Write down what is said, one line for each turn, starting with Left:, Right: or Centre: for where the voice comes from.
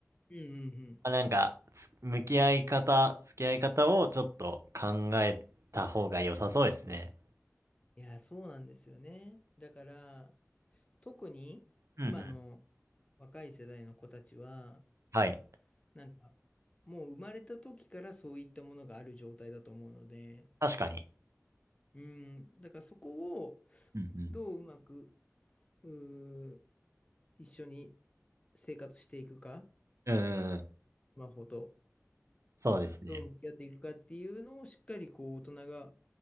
Left: うんうんうん。
Right: あなんか、つ向き合い方、付き合い方をちょっと考えた方が良さそうですね。
Left: いや、そうなんですよね。だから、特に今の
Right: うんうん。
Left: 若い世代の子たちは、
Right: はい。
Left: なんかもう生まれた時からそういったものがある状態だと思うので、
Right: 確かに。
Left: うん。だからそこを
Right: うん
Left: どううまく、うー一緒に生活していくか、
Right: うん。うんうんうんうん
Left: スマホと。
Right: そうですね。
Left: どう向き合っていくかっていうのをしっかりこう大人が